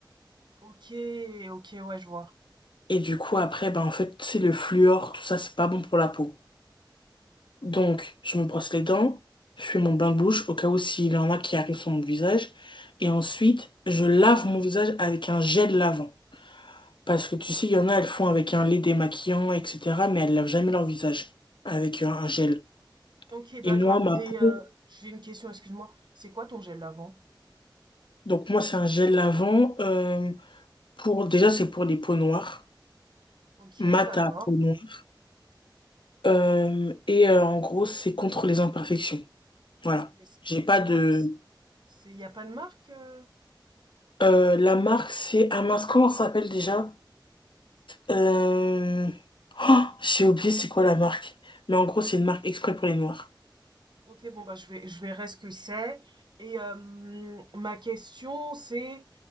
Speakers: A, on the right; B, on the left.
A: Ok, ok, ouais, je vois.
B: Et du coup, après, ben en fait, c'est le fluor, tout ça, c'est pas bon pour la peau. Donc, je me brosse les dents, je fais mon bain de bouche au cas où s'il y en a qui arrivent sur mon visage. Et ensuite, je lave mon visage avec un gel lavant. Parce que tu sais, il y en a, elles font avec un lait démaquillant, etc. Mais elles lavent jamais leur visage avec un, un
A: Ok,
B: gel.
A: ok, d'accord.
B: Et moi, ma
A: Et
B: peau,
A: euh, j'ai une question, excuse-moi. C'est quoi ton gel lavant?
B: donc moi, c'est un gel lavant. euh, pour, déjà, c'est pour les peaux noires,
A: Ok,
B: mat
A: d'accord.
B: à peau noire. Euh, et euh, en gros, c'est contre les imperfections. Voilà.
A: Mais, c-
B: J'ai
A: mais
B: pas
A: c'est
B: de.
A: quoi? Il n'y a pas de marque? euh
B: Euh, la marque, c'est. Ah mince, comment ça s'appelle déjà? Euh, oh, j'ai oublié c'est quoi la marque. Mais en gros, c'est une marque exprès pour les noirs.
A: Ok, bon, bah, je vais, je verrai ce que c'est. Et euh, ma question, c'est